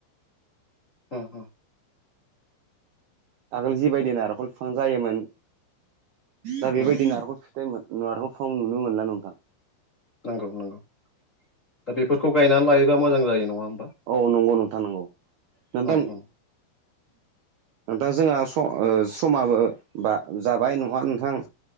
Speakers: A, on the left (about 30°); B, on the right (about 75°).
A: ओं ओं
B: आगोल जिबायदि नारेखल बिफां जायोमोन दा बेबायदि
A: नंगौ
B: नारेखल नारेखल बिफां नुनो मोनला नोंथां।
A: नंगौ नंगौ दा बेफोरखौ गायनानै लायोबा मोजां जायो नङा होमबा?
B: औ नंगौ नोंथां नंगौ नोंथां
A: उम उम
B: नोंथां जोंहा समा समाबो बा जाबाय नङा नोंथां।